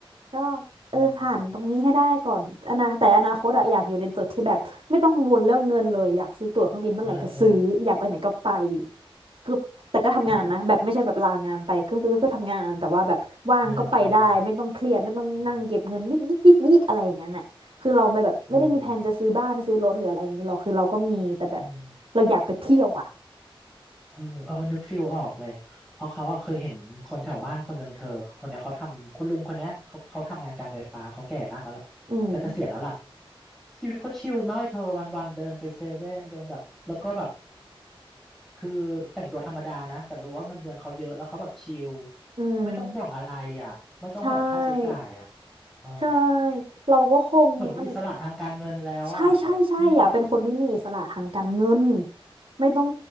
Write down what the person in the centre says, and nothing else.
อืมเออเออ
โอ้แต่เออเอออืมเอออืม
เออเออนึกฟิลออกเลย เพราะเขาอะเคยเห็นคนแถวบ้านคนหนึ่งเธอคนเนี้ยเขาทำคุณลุงคนเนี้ยเขาเขาทำงานการไฟฟ้าเขาแก่มากแล้วล่ะแต่เกษียณแล้วล่ะ
ชีวิตเขาชิลมากเลยเธอวันวันเดินไปเซเว่นเดินแบบแล้วก็แบบ คือแต่งตัวธรรมดานะแต่รู้ว่าเงินเดือนเขาเยอะแล้วเขาแบบชิล
ไม่ต้องห่วงอะไรอ่ะไม่ต้องห่วงค่าใช้จ่ายอ่ะ
เออ
เหมือนมีอิสระทางการเงินแล้วอ่ะแบบอืม